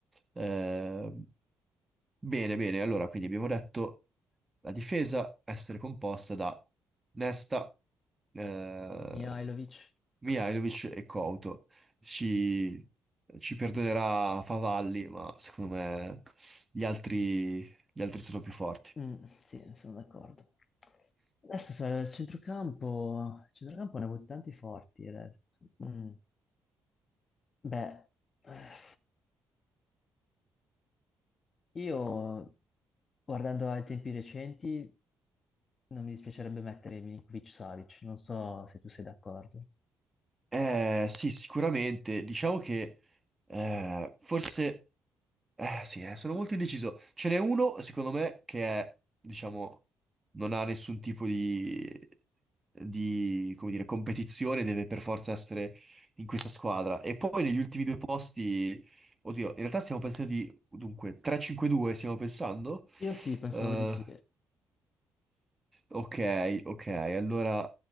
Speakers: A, on the right; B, on the left.
A: Eh, bene, bene, allora quindi abbiamo detto la difesa essere composta da Nesta, eh,
B: Mihajlovic.
A: Mihailovic e Couto. Ci, ci perdonerà Favalli, ma secondo me gli altri, gli altri sono più forti.
B: Mm, sì, sono d'accordo. Adesso sai, il centrocampo, il centrocampo ne ha avuti tanti forti adesso. Mm. Beh, eh, io guardando ai tempi recenti non mi dispiacerebbe mettere Milinkovic-Savic, non so se tu sei d'accordo.
A: Eh, sì, sicuramente. Diciamo che eh, forse. Eh sì, eh, sono molto indeciso. Ce n'è uno, secondo me, che è, diciamo, non ha nessun tipo di, di, come dire, competizione, deve per forza essere in questa squadra. E poi negli ultimi due posti, oddio, in realtà stiamo pensando di, dunque, 3-5-2 stiamo pensando?
B: Io sì, pensavo
A: eh,
B: di sì.
A: Ok, ok, allora